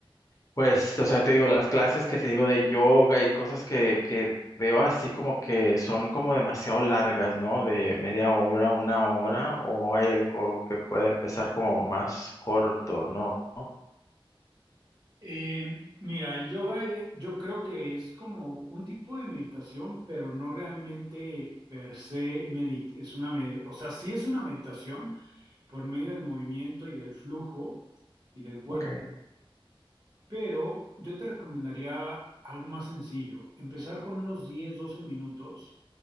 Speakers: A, on the left; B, on the right.
A: pues, o sea, te digo, las clases que te digo de yoga y cosas que, que veo así como que son como demasiado largas, ¿no? De media hora, una hora, o hay algo que pueda empezar como más corto, ¿no?
B: Eh, mira, el yoga eh, yo creo que es como un tipo de meditación, pero no realmente per se medit es una me- o sea, sí es una meditación por medio del movimiento y del flujo y del cuerpo,
A: Ok.
B: pero yo te recomendaría algo más sencillo, empezar con unos 10 12 minutos,